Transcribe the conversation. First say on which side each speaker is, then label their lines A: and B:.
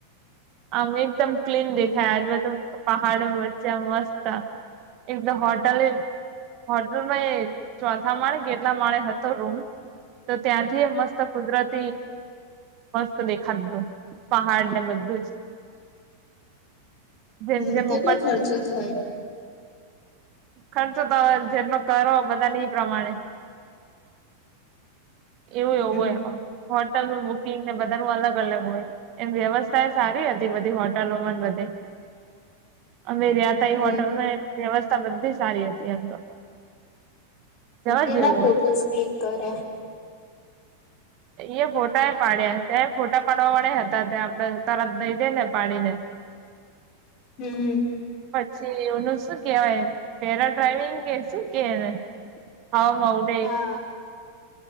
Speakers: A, on the right; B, on the left.
A: આમ એકદમ ક્લીન
B: હમ
A: દેખાય આજ બધ પહાડો વચ્ચે મસ્ત એકદ હોટલ હોટેલમાં એ ચોથા માળે કેટલા માળે હતો રૂમ. તો ત્યાંથી મસ્ત કુદરત તો દેખાતુ હતુ પહાડ ને બધું જ જેમ
B: હમ
A: જેમ
B: કેટલો
A: ઉપર
B: ખર્ચો થયો?
A: ખર્ચો તો હ જેટલો કરો બધા પ્રમાણે એવું એવું
B: હમ
A: હોય એમાં હોટલ નું બુકિંગ ને બધા ન અલગ અલગ હોય. એમ વ્યવસ્થા સારી હતી બધી હોટલોમાં બધી અમે ક
B: હમ
A: હોટલ માં વ્યવસ્થા બધી સારી હતી એમ તો જવા
B: કેટલા
A: જેવું
B: ફોટોઝ ક્લિક કર્યા?
A: એ ફોટા પાડ્યા ત્યાંય ફોટા પાડવા વાળા હતા ત્યાં આપણે તરત દઈ જઈ ને પાડીને.
B: હમ
A: પછી એનું શું કેવાય પેરા ડ્રાઈવિંગ કે શું કેને હ હ
B: હા